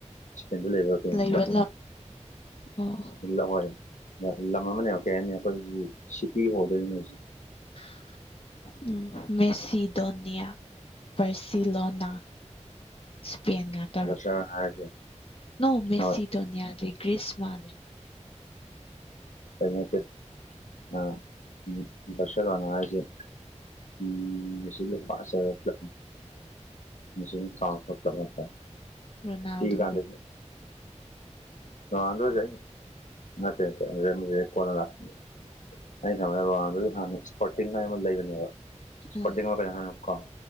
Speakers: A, on the left; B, on the left.
A: ꯁꯀꯦꯟꯜ ꯂꯩꯕ ꯀꯩꯅꯣ
B: ꯂꯩꯕ ꯂꯝ ꯑꯣ
A: ꯑꯣꯏ ꯂꯝ ꯑꯃꯅꯦꯕ ꯀꯩ ꯍꯥꯏꯅꯤ ꯑꯩꯈꯣꯏꯒꯤ ꯁꯤꯇꯤ ꯍꯣꯗꯣꯏꯅꯦ
B: <unintelligible> ꯎꯝ ꯃꯦꯁꯤꯗꯣꯅꯤꯌꯥ ꯄꯥꯔꯁꯤꯂꯣꯅꯥ ꯏꯁꯄꯦꯟ ꯉꯥꯛꯇꯔꯣ
A: ꯕꯔꯁꯦꯂꯣꯅꯥ ꯍꯥꯏꯔꯤꯁꯦ
B: ꯅꯣ ꯃꯦꯁꯤ
A: ꯍꯣꯏ
B: ꯗꯣꯅꯤꯌꯥꯗ ꯒ꯭ꯔꯤꯁ ꯃꯥꯜꯂꯦ
A: ꯀꯩꯅꯛꯇꯦ ꯑ ꯎꯝ ꯐ꯭ꯔꯁꯔ ꯋꯥꯅ ꯍꯥꯏꯏꯖꯦ ꯎꯝ ꯐ ꯍꯥꯏ <unintelligible>
B: ꯔꯣꯅꯥꯜꯗꯣꯒꯤ
A: ꯄꯤꯛꯏꯀꯥꯟꯗꯗꯤ ꯔꯣꯅꯥꯜꯗꯣꯁꯦ ꯑꯩ ꯅꯠꯇꯦ ꯅꯠꯇꯦ ꯑꯗꯨ ꯀꯣꯟꯅ ꯂꯥꯛꯀꯅꯤ ꯑꯩꯅ ꯈꯟꯕꯖ ꯔꯣꯅꯥꯜꯗꯣꯁꯦ ꯍꯥꯟꯅ ꯏꯁꯄꯣꯔꯇꯤꯡ ꯑꯃ ꯂꯩꯕꯅꯦꯕ ꯁꯄꯣꯔꯇꯤꯡ
B: ꯎꯝ
A: ꯀꯩꯅꯣꯝ ꯍꯥꯏꯕꯅꯦ ꯀꯥꯎꯔꯦ